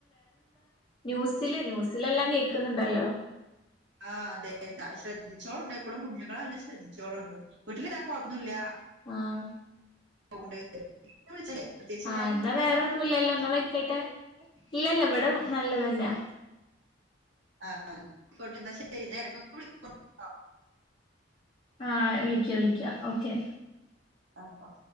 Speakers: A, on the left (about 25°); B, on the right (about 75°).
A: ന്യൂസ് സില് ന്യൂസിലെല്ലാം കേക്കുന്നുണ്ടല്ലോ?
B: ആഹ് അതെ ശ്രദ്ധിച്ചോളോണ്ടൂ എപ്പളും കുഞ്ഞുങ്ങളെല്ലാം ശ്രദ്ധിച്ചോളോണ്ടൂ വീട്ടിലിതാ കൊയപ്പൊന്നും ഇല്ലാ
A: ആഹ്
B: <unintelligible>
A: ആഹ്
B: കാര്യൊന്നുല്ലല്ലോ
A: എന്നാ വേറെ ഒന്നുല്ലല്ലോ ന്നാ വെക്കട്ടെ? ഇല്ലല്ല ഇവിടെ നല്ലതന്നെയാ.
B: ആഹ് ആഹ് ആയിക്കോട്ടെന്നാ ശരി എടക്കൊക്കെ <unintelligible>
A: ആ വിളിക്കാ വിളിക്കാ ഓക്കെ.
B: ആഹ് ഓ